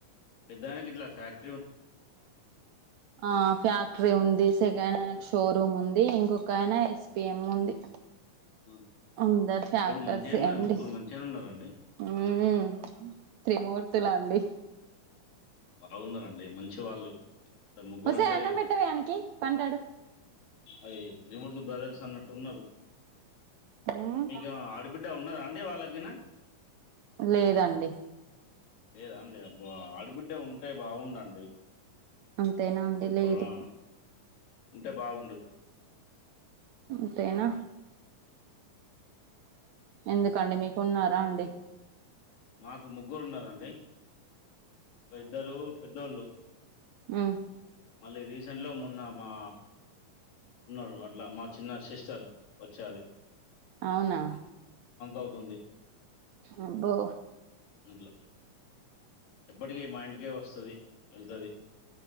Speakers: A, on the left; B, on the right.
A: పెద్దాయనికి ఇట్లా ఫ్యాక్ట్
B: ఆ ఫ్యాక్టరీ ఉంది సెకండ్ ఆయనకి షోరూమ్ ఉం ది ఇంకొక్క ఆయన ఎస్పిఎం ఉంది
A: ఆ!
B: అందరు ఫ్యాక్టర్సే
A: మంచిగానే
B: అండి
A: ముగ్గురు మంచిగానే ఉన్నారండి.
B: హ్మ్ త్రిమూర్తులు అండి
A: బాగున్నారండి మంచివాళ్ళు ముగ్గురు
B: ఒసేయ్
A: అంటే
B: అన్నం పెట్టవే ఆనికి పంటాడు
A: అది త్రిమూర్తి బ్రదర్స్ అన్నట్టు ఉన్నారు
B: మ్మ్
A: మీకేమన్న ఆడబిడ్డ ఉన్నాదా అండి వాళ్ళగీనా
B: లేదండి
A: లేదా అండి అబ్బ ఆడిబిడ్డ ఉంటే బాగుండండి
B: అంతేనా అండి
A: ఇంకొకరు
B: లేదు
A: ఆ! ఉంటే బాగుండు
B: అంతేనా ఎందుకండి మీకు ఉన్నారా అండి
A: మాకు ముగ్గురు ఉన్నారండి ఇద్దరు పెద్దోళ్ళు
B: హ్మ్
A: మళ్ళీ రీసెంట్‌లో మొన్న మా ఉన్నారు అట్లా మా చిన్న సిస్టర్ వచ్చది
B: అవునా
A: అవుతుంది
B: అబ్బో
A: అట్ల ఎప్పటికీ మా ఇంటికే వస్తది ఏళ్తాది